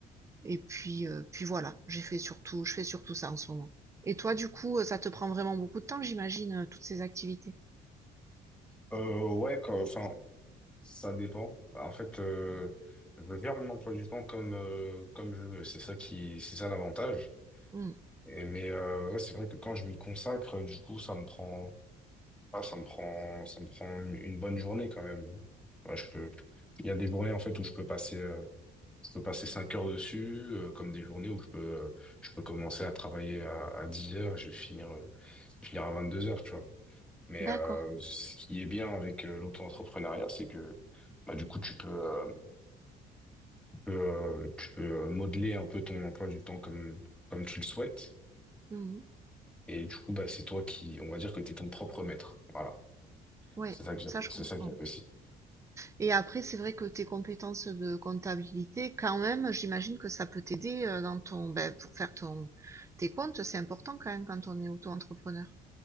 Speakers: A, on the right; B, in the centre.
A: et puis, euh, puis voilà, j'ai fait surtout, je fais surtout ça en ce moment. Et toi, du coup, euh, ça te prend vraiment beaucoup de temps, j'imagine, euh, toutes ces activités.
B: Euh, ouais, quand- enfin, ça dépend. Bah, En fait, euh, je gère mon emploi du temps comme, euh, comme je veux. C'est ça qui, c'est ça l'avantage.
A: Hmm,
B: Et, mais euh, ouais, c'est vrai que quand je m'y consacre, du coup, ça me prend, ah, ça me prend, ça me prend une, une bonne journée quand même. Ouais, je peux, il y a des journées en fait où je peux passer, euh, je peux passer 5 heures dessus, euh, comme des journées où je peux, euh, je peux commencer à travailler à, à 10 heures, je vais finir, euh, finir à 22 heures, tu vois. Mais euh,
A: D'accord.
B: ce qui est bien avec euh, l'auto-entrepreneuriat, c'est que bah, du coup, tu peux, euh, tu peux, euh, tu peux euh, modeler un peu ton emploi du temps comme, comme tu le souhaites.
A: Hmm,
B: Et du coup, bah, c'est toi qui, on va dire que tu es ton propre maître. Voilà.
A: Ouais,
B: C'est ça que j'app-
A: ça je
B: c'est
A: comprends.
B: ça que j'apprécie.
A: Et après, c'est vrai que tes compétences de comptabilité, quand même, j'imagine que ça peut t'aider euh, dans ton, ben, pour faire ton, tes comptes, c'est important quand même quand on est auto-entrepreneur.